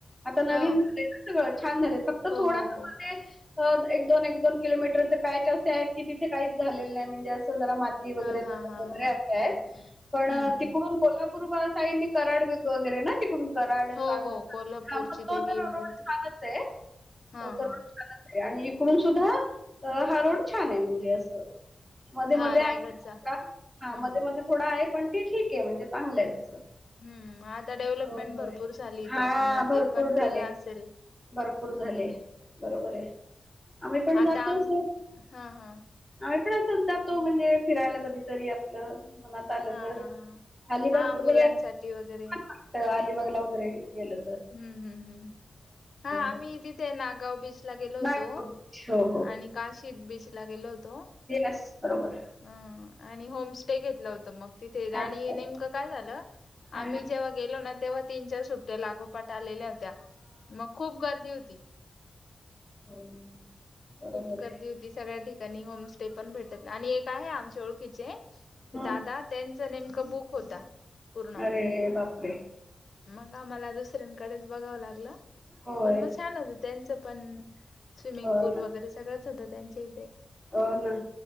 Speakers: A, in the centre; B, on the left (about 55°).
A: आता नवीन
B: हा
A: झाले सगळं छान झालेत फक्त
B: हो
A: थोडास
B: हो हो
A: मध्ये सहज एक दोन एक दोन किलोमीटरचे पॅच असे आहेत की तिथे काहीच झालेले नाइ म्हणजे आस जरा मा <unintelligible> असे
B: हा हा हा हा
A: आहेत पण
B: हम्म हम्म
A: तिकडून कोल्हापूर पुरबाळ साईडनी कराड वगरे ना तिकडून कराड सांग
B: हो हो
A: सांगली
B: कोल्हापूरची
A: हा मग तो
B: देवी
A: तर रोड
B: वगैरे ते
A: छानच हाय
B: हा
A: तो तर
B: हा
A: रोड आणि इकडून सुद्धा हा रोड छान हाय म्हणजे असं मध्ये
B: हा
A: मध्ये
B: रायगडचा
A: आहे थोडा हा
B: हम्म
A: मध्ये
B: हम्म
A: मध्ये थोडा आहे पण ते ठीकेय म्हणजे चांगलाय तसं.
B: हम्म आता डेव्हलपमेंट
A: होय होय
B: भरपूर झाली
A: हा
B: तेच्यामुळे
A: भरपूर
B: ते पण केलं
A: झाले
B: आसल.
A: भरपूर झाले बरोबर हाय आम्ही पण
B: आता
A: जातो
B: आम
A: ना.
B: हा हा
A: आम्ही पण आसच जातो म्हणजे फिरायला कधीतरी आपलं मनात झाल
B: हा
A: तर
B: हा हा
A: अलिबाग
B: हा
A: वगरे
B: मुलांसाठी
A: छान
B: वगैरे
A: वाटत अलिबागला वगरे गेलो
B: हम्म हम्म हम्म हा आम्ही
A: हो
B: तिथे नागाव बीच ला गेलो होतो
A: नागपूर हो
B: आणि काशीद बीचला गेलो होतो.
A: एस बरोबर.
B: हम्म आणि होम स्टे घेतल होत म तिथे आणि
A: अच्छा
B: नेमकं काय झालं
A: हा
B: आम्ही
A: हा
B: जेव्हा गेलो ना तेव्हा तीन चार सुट्टया लागो पाठ आलेल्या होत्या म खूप गर्दी होती.
A: हो बरोबर
B: खूप गर्दी
A: आहे
B: होती सगळ्या ठिकाणी होम स्टे पण भेटत आणि एक आहे आम च्या ओळखीचे
A: हं.
B: दादा त्यांच नेमक बुक होता पूर्ण
A: अरे बापरे
B: म्हणून आम्हाला जसं <unintelligible> बघाव लागल.
A: होय
B: पण म छान होत त्यांच पण स्विमिंग
A: हो
B: पूल
A: ना
B: वगरे सगळंच होत तेच्या इथे.
A: हो ना